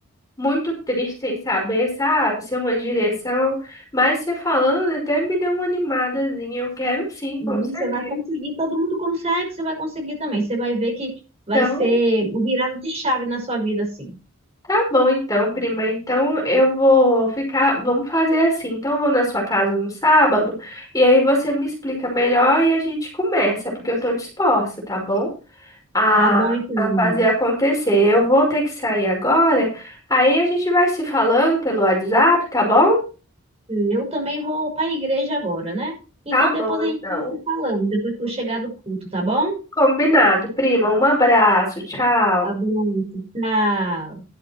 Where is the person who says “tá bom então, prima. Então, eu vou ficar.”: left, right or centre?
Left